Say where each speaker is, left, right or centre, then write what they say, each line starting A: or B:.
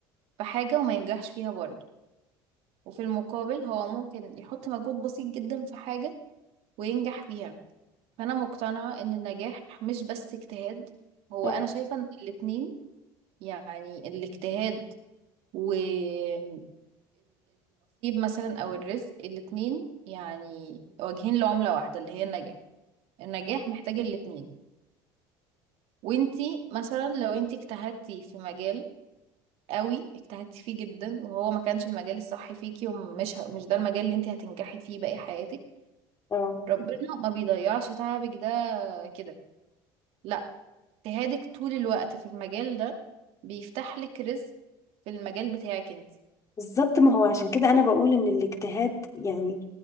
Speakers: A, on the right; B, on the left.
A: في حاجة وما ينجحش فيها برضه وفي المقابل هو ممكن يحط مجهود بسيط جدا في حاجة وينجح فيها فانا مقتنعة ان النجاح مش بس اجتهاد هو
B: اه
A: انا شايفة ان الاتنين يعني الاجتهاد والنصيب مثلا او الرزق الاتنين يعني واجهين لعملة واحدة اللي هي النجاح النجاح محتاج الاتنين وانتي مثلا لو انتي اجتهدتي في مجال قوي اجتهدتي فيه جدا وهو ما كانش المجال الصح فيكي ومش ه- مش ده المجال اللي انتي هتنجحي فيه باقي حياتك
B: آه.
A: ربنا ما بيضيعش تعبك ده كده لا اجتهادك طول الوقت في المجال ده بيفتح لك رزق في المجال بتاعك انت
B: بالظبط ما هو عشان كده انا بقول ان الاجتهاد يعني